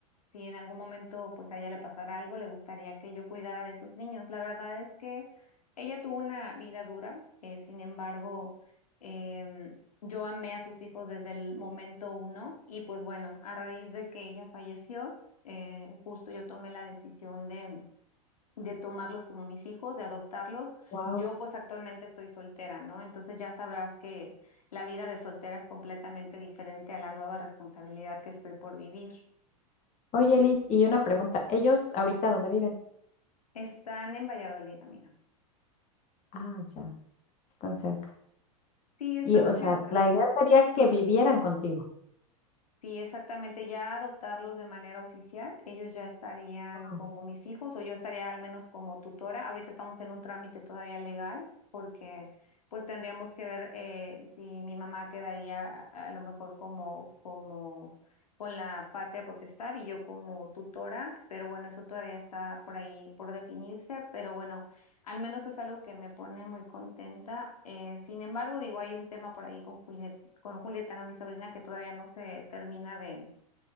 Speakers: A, on the left; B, on the left.
A: si en algún momento pues a ella le pasara algo, le gustaría que yo cuidara de sus niños. La verdad es que ella tuvo una vida dura, eh, sin embargo, em, yo amé a sus hijos desde el momento uno y pues bueno, a raíz de que ella falleció, eh, justo yo tomé la decisión de de tomarlos como mis hijos, de adoptarlos.
B: Wow.
A: Yo pues actualmente estoy soltera, ¿no? Entonces ya sabrás que la vida de soltera es completamente diferente a la nueva responsabilidad que estoy por vivir.
B: Oye, Liz, y una pregunta, ¿ellos ahorita dónde viven?
A: Están en Valladolid, amiga.
B: Ah, ya, están cerca.
A: Sí, están
B: Y, o sea,
A: cerca.
B: la idea sería que vivieran contigo.
A: Sí, exactamente, ya adoptarlos de manera oficial, ellos ya estarían
B: Wow,
A: como mis hijos o yo estaría al menos como tutora. Ahorita estamos en un trámite todavía legal porque pues tendríamos que ver eh, si mi mamá quedaría a a lo mejor como, como con la patria potestad y yo como tutora, pero bueno, eso todavía está por ahí por definirse, pero bueno. Al menos es algo que me pone muy contenta. Eh, sin embargo, digo, hay un tema por ahí con Juliet, con Julieta, ¿no? Mi sobrina, que todavía no se termina de,